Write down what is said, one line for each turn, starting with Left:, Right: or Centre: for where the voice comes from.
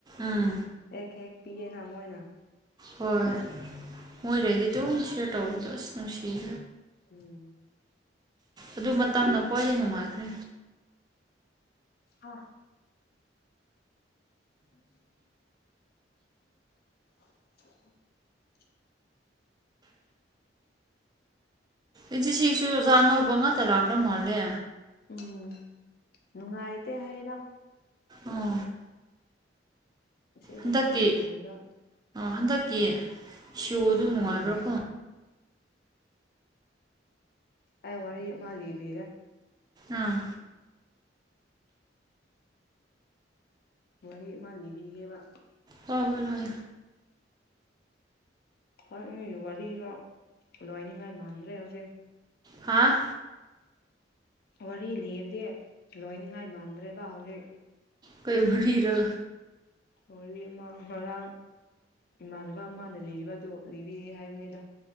Right: ꯎꯝ
Left: ꯑꯦꯛ ꯍꯦꯛ ꯄꯤ ꯑꯦꯅ ꯃꯣꯏꯅ
Right: ꯍꯣꯏ ꯃꯣꯏ ꯔꯦꯗꯤꯗꯣ ꯁꯤꯌꯔ ꯇꯧꯕꯗꯣ ꯑꯁ ꯅꯨꯡꯁꯤꯦ
Left: ꯎꯝ
Right: ꯑꯗꯨ ꯃꯇꯝꯅ ꯈ꯭ꯋꯥꯏꯗꯤ ꯅꯨꯡꯉꯥꯏꯈ꯭ꯔꯦ
Left: <inaudible> ꯑꯥ ꯎ <inaudible>
Right: ꯏꯆꯦ ꯁꯤꯁꯨ ꯑꯣꯖꯥ ꯑꯧꯕ ꯉꯥꯛꯇ ꯂꯥꯛꯈ꯭ꯔ ꯃꯥꯜꯂꯦ
Left: ꯎꯝ ꯅꯨꯡꯉꯥꯏꯇꯦ ꯍꯥꯏꯔꯣ
Right: ꯑꯣ
Left: ꯑꯁꯤ
Right: ꯍꯟꯗꯛꯀꯤ
Left: ꯔꯦꯁꯃꯥꯅ ꯍꯥꯏꯕꯗ
Right: ꯍꯟꯗꯛꯀꯤ ꯁꯣꯗꯨ ꯅꯨꯡꯉꯥꯏꯕ꯭ꯔꯥ
Left: ꯎꯝ
Right: ꯀꯣ
Left: ꯑꯩ ꯋꯥꯔꯤ ꯑꯃ ꯂꯤꯕꯤꯒꯦ
Right: ꯑꯥ
Left: ꯋꯥꯔꯤꯔꯤ ꯑꯃ ꯂꯤꯅꯤꯕꯤꯒꯦꯕ
Right: ꯍ ꯍꯣꯏ ꯍꯣꯏ
Left: ꯍꯣꯏ ꯅꯣꯏꯒꯤ ꯋꯥꯔꯤꯗꯣ ꯂꯣꯏꯅꯤꯡꯉꯥꯏ ꯃꯥꯟꯗ꯭ꯔꯦ ꯍꯧꯖꯤꯛ
Right: ꯍꯥꯥ
Left: ꯋꯥꯔꯤ ꯂꯤꯔꯗꯤ ꯂꯣꯏꯅꯤꯉꯥꯏ ꯃꯥꯟꯗ꯭ꯔꯦꯕ ꯍꯧꯖꯤꯛ
Right: ꯀꯩꯃꯔꯤꯍꯤꯔ
Left: ꯋꯥꯔꯤ ꯑꯃꯥꯡ ꯉꯥꯡ ꯏꯃꯥꯟꯅꯕ ꯑꯃꯅ ꯂꯤꯗꯣ ꯂꯤꯕꯤꯌꯦꯦ ꯍꯥꯏꯕꯅꯤꯗ